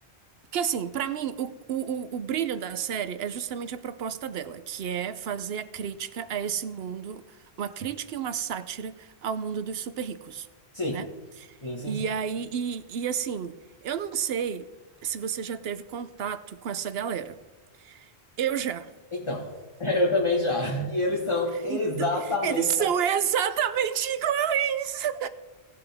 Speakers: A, on the right; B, on the left.
A: Que assim, pra mim, o, o, o o brilho da série é justamente a proposta dela, que é fazer a crítica a esse mundo, uma crítica e uma sátira ao mundo dos super ricos,
B: sim,
A: né?
B: sim, sim,
A: E
B: sim.
A: aí, e, e assim, eu não sei se você já teve contato com essa galera. Eu já.
B: Então, <laughs> eu também já.
A: Hum.
B: E eles são exatamente
A: Então, eles são exatamente iguais.